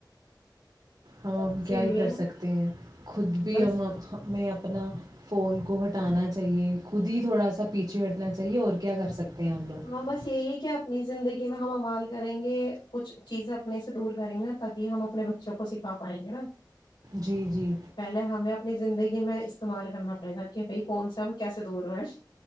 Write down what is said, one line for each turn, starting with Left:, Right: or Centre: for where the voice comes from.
Right: ہم
Left: فون
Right: ہم کیا
Left: سے
Right: ہی کر
Left: ہے
Right: سکتے ہیں خود بھی
Left: بس
Right: ہم ہمیں اپ اپنا فون کو ہٹانا چاہیے خود ہی تھوڑا سا پیچھے ہٹنا چاہیے اور کیا کر سکتے ہیں ہم لوگ
Left: ہاں بس یہی کیا اپنی زندگی میں ہم استمال کریں گے کچھ چیزیں اپنے سے دور کریں گے نا تبھی ہم اپنے بچوں کو سکھا پائیں گے نا
Right: جی جی
Left: پہلے ہمیں اپنی زندگی میں استعمال کرنا پڑے گا کہ بھائی کون سےا ہم کیسے دور رہ